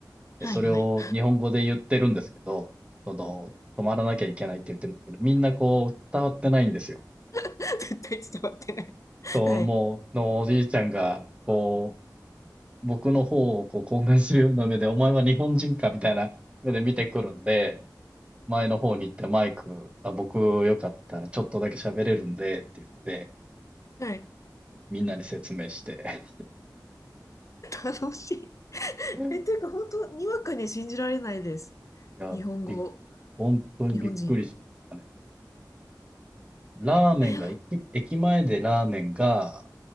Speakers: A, on the right; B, on the left.
A: で、
B: はい、
A: それを日本語で言ってるんですけど、
B: はい。
A: その、
B: うん
A: 止まらなきゃいけないって言ってるんですけど、みんなこう、伝わってないんですよ。
B: <laughs> 絶対伝わってない。
A: そう、
B: はい、
A: もう、のおじいちゃんが、こう、僕の方をこう、懇願するような目で、お前は日本人かみたいな <laughs> 目で見てくるんで、前の方に行ってマイク、あ、僕よかったらちょっとだけ喋れるんで、って言って、
B: はい。
A: みんなに説明して。
B: 楽しい。
A: い
B: え、ていうか、本当にわかに信じられないです。
A: や、
B: 日本語、
A: びっ本当にびっくりしましたね。
B: 日本人。
A: ラーメンが、
B: え、
A: 駅、駅前でラーメンが